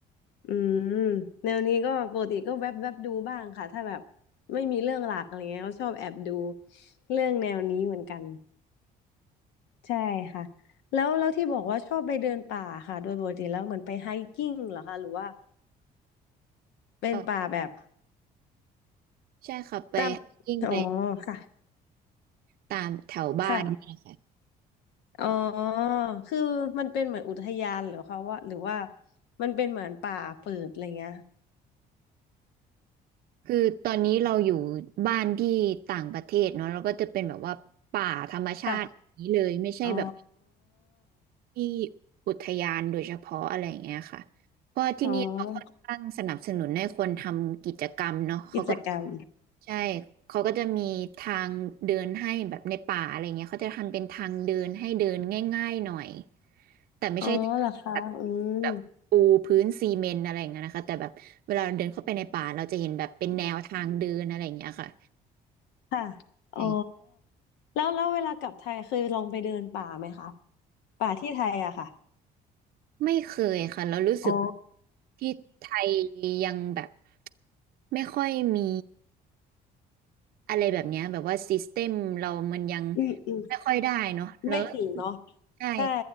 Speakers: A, on the left; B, on the right.
A: อืมแนวนี้ก็ปกติก็แวบแวบดูบ้างค่ะถ้าแบบไม่มีเรื่องหลักอะไรเงี้ยก็ชอบแอบดูเรื่องแนวนี้เหมือนกันใช่ค่ะแล้วแล้วที่บอกว่าชอบไปเดินป่าค่ะโดยปกติแล้วเหมือนไปไฮกิ้งเหรอคะหรือว่าเป็นป่าแบบ
B: เออใช่ค่ะไป
A: ตามอ๋อค่ะ
B: ยิ้งไปตามแถวบ้านนี่แหละค่ะ
A: ค่ะอ๋อคือมันเป็นเหมือนอุทยานเหรอคะว่าหรือว่ามันเป็นเหมือนป่าเปิดอะไรเงี้ย
B: คือตอนนี้เราอยู่บ้านที่ต่างประเทศเนาะเราก็จะเป็นแบบว่าป่าธรรมชาติอย่างนี้เลยไม่ใช่แบบ
A: ค่ะอ๋อ
B: ที่อุทยานโดยเฉพาะอะไรอย่างเงี้ยค่ะเพราะที่นี่เราค่อนข้างสนับสนุนให้คนทำกิจกรรมเนาะเขาก็
A: อ๋อกิจกรรม
B: ใช่ เขาก็จะมีทางเดินให้แบบในป่าอะไรเงี้ยเขาจะทำเป็นทางเดินให้เดินง่ายๆหน่อย แต่ไม่ใช่
A: อ๋อเหรอคะอืม
B: แบบแบบปูพื้นซีเมนต์อะไรอย่างเงี้ยนะคะแต่แบบเวลาเราเดินเข้าไปในป่าเราจะเห็นแบบเป็นแนวทางเดินอะไรอย่างเงี้ยค่ะ
A: ค่ะอ๋อ
B: ไม่
A: แล้วแล้วเวลากลับไทยเคยลองไปเดินป่าไหมคะป่าที่ไทยอะค่ะ
B: ไม่เคยค่ะเรารู้สึก
A: อ๋อ
B: ที่ไทยยังแบบไม่ค่อยมี อะไรแบบเนี้ยแบบว่าซิสเต็มเรามันยัง
A: อืมอืม
B: ไม่ค่อยได้เนาะแล้ว
A: ไม่ถึงเนาะ
B: ใช่
A: ใช่